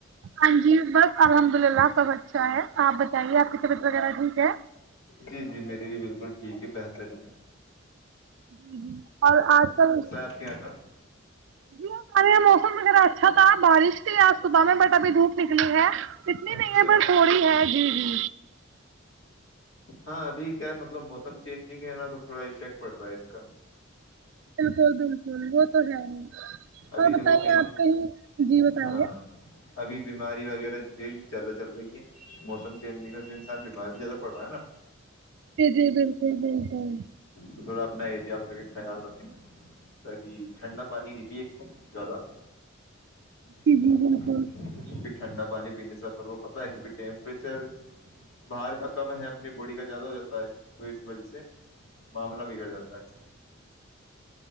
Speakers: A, on the right; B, on the left.
A: ہاں جی بس الحمد للہ سب اچھا ہے آپ بتائیے آپ کی طبیعت وغیرہ ٹھیک ہے
B: جی جی میری بھی بالکل ٹھیک ہے ترین
A: جی جی اور آج کل
B: آپ کے یہاں کا
A: جی ہم ہمارے یہ موسم وغیرہ اچھا
B: پانی
A: تھا
B: کی
A: بارش
B: قدر
A: آج صبح
B: کرے
A: میں
B: پانی
A: بٹ ابھی دھوپ
B: کی اہمیت
A: نکلی ہے اتنی
B: اچھا
A: نہیں ہے پر تھوڑی ہے جی جی
B: ہاں ابھی کیا ہے مطلب موسم چ گ ہے نا تو تھوڑا افیکٹ پڑ رہا ہے اس کا
A: بالکل بالکل وہ تو ہے ہی
B: ابھی
A: اور
B: دیکھو
A: بتائیے
B: بیما
A: آپ کہیں جی بتائیے
B: ہاں ابھی بیماری وغیرہ یہ بھی زیادہ چل رہی ہے موسم چینج نہیں کر انسان بیمار بھی زیادہ پڑ رہا ہے نا
A: جی جی بالکل بالکل
B: تو تھوڑا اپنا احتیاط رکھیں خیال رکھیں تاکہ ٹھنڈا پانی نہیں بھی ایک توم زیادہ پھر
A: جی جی بالکل
B: ٹھنڈا پانی پینے سے سر وہ پتا ہے کیونکہ ٹیمپریچر باہر کا کم ہے اپنی باڈی کا زیادہ ہو جاتا ہے تو اس وجہ سے معاملہ بگڑ جاتا ہے